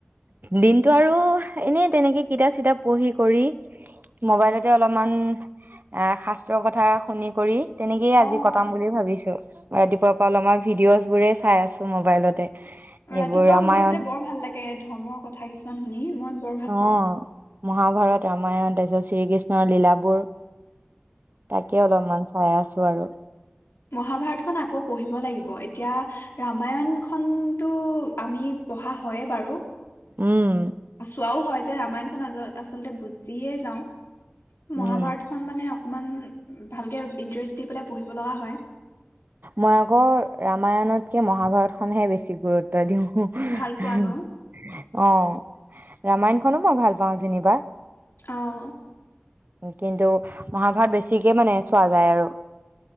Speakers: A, on the right; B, on the left.
A: দিনতটো আৰু এনেই অ', অ', আধা বেলা গ'লেই দিনটো আৰু তেনেকে কিতাপ চিতাপ পঢ়ি কৰি মোবাইলতে অলপমান এ শাস্ত্ৰৰ কথা শুনি কৰি। তেনেকেই আজি
B: অ',
A: কটাম বুলি ভাবিছো। ৰাতিপুৱাৰ পৰা অলমান মই ভিডিঅ'জ বোৰে চাই আছো মোবাইলতে।
B: ৰাতিপুৱা
A: এইবোৰ ৰামায়ণ
B: সময়ত যে বৰ ভাল লাগে ধৰ্মৰ কথা কিছুমান শুনি মই বৰ ভাল
A: অ
B: পাওঁ।
A: মহাভাৰত ৰামায়ণ তাৰ পিছত শ্ৰীকৃষ্ণৰ লীলাবোৰ তাকে অলপমান চাই আছো আৰু।
B: মহাভাৰতখনন আকৌ পঢ়িব লাগিব এতিয়া ৰামায়ন খনতো আমি পঢ়া হয়য়ে বাৰু।
A: উম
B: চোৱাও হয়। যে ৰামায়নখন আ আচলতে বুজিয়ে যাওঁ। মহাভাৰত
A: উম
B: খন মানে অকণমান ভালকৈ ইণ্টাৰেষ্ট দি পেলাই পঢ়িব লগা হয়।
A: মই আকৌ ৰামায়ণতকে মহাভাৰতখনহে বেছি গুৰুত্ব দিওঁ। উম।
B: ভাল পোৱা ন?
A: অ', ৰামায়ণখনো মই ভাল পাওঁ যেনিবা।
B: অ'।
A: কিন্তু মহাভাৰত বেছিকে মানে চোৱা যায় আৰু।